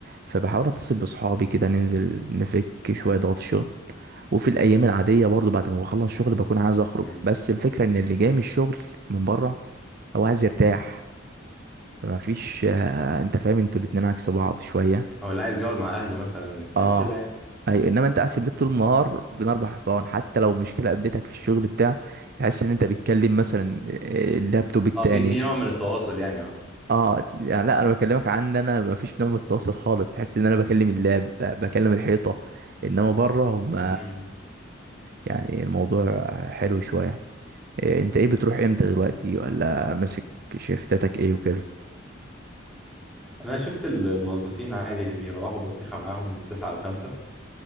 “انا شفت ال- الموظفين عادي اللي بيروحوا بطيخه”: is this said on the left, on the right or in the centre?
Centre